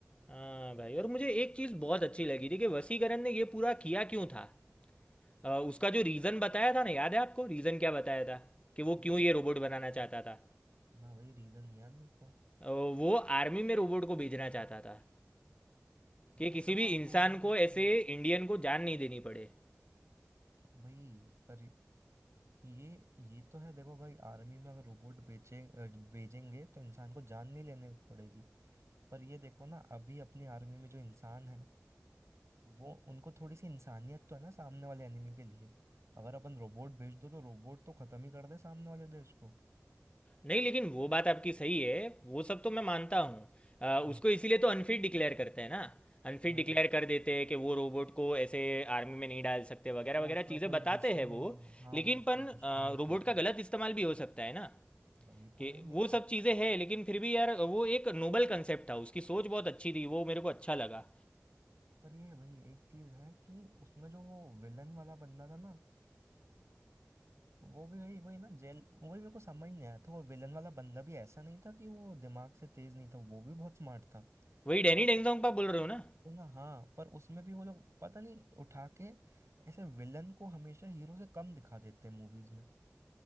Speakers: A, on the left (about 20°); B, on the right (about 60°).
A: हाँ भाई और मुझे एक चीज़ बहुत अच्छी लगी थी कि वसीकरण ने ये पूरा किया क्यों था अ, उसका जो रीज़न बताया था ना याद है आपको रीज़न क्या बताया था कि वो
B: भाई
A: क्यों ये रोबोट बनाना चाहता था
B: ना भाई रीजन नहीं याद मेरे को
A: अ, वो आर्मी में रोबोट को भेजना चाहता था
B: हाँ
A: कि किसी
B: हाँ
A: भी
B: हाँ
A: इंसान
B: हाँ हाँ।
A: को ऐसे इंडियन को जान नहीं देनी पड़े
B: भाई पर ये ये तो है देखो भाई आर्मी में अगर रोबोट बेचे अ, भेजेंगे तो इंसान को जान नहीं लेने पड़ेगी पर ये देखो ना अभी अपनी आर्मी में जो इंसान है वो उनको थोड़ी सी इंसानियत तो है ना सामने वाले एनिमी के लिए अगर अपन रोबोट भेज दो तो रोबोट तो खत्म ही कर दे सामने वाले देश को
A: नहीं लेकिन वो बात आपकी सही है वो सब तो मैं मानता हूँ अ,
B: हम्म,
A: उसको इसीलिए तो अनफिट डिक्लेयर करते हैं ना अनफिट
B: वही
A: डिक्लेयर कर देते हैं कि वो रोबोट को ऐसे आर्मी में नहीं डाल सकते वगैरह
B: तो वो
A: वगैरह
B: उसका
A: चीज़ें
B: कोई
A: बताते
B: दुश्मन
A: हैं वो
B: हाँ
A: लेकिन
B: वही उसका
A: पन
B: दुश्मन ने किया
A: रोबोट का
B: था
A: गलत इस्तेमाल भी हो सकता है ना
B: वही तो
A: कि
B: मेन दिक्कत
A: वो सब चीज़ें
B: है
A: हैं लेकिन फिर भी यार वो एक नोबल कंसेप्ट था उसकी सोच बहुत अच्छी थी वो मेरे को अच्छा लगा
B: पर ये भाई एक चीज है कि उसमें जो वो विलन वाला बंदा था ना वो भी भाई वही ना जेल वही मेरे को समझ नहीं आया था वो विलन वाला बंदा भी ऐसा नहीं था कि वो दिमाग से तेज नहीं था वो भी बहुत स्मार्ट था
A: वही डैनी
B: पर
A: डेंगजोंग का बोल रहे हो ना
B: वो ना हाँ पर उसमें भी वो लोग पता नहीं उठा के ऐसे विलन को हमेशा हीरो से कम दिखा देते हैं मूवीज में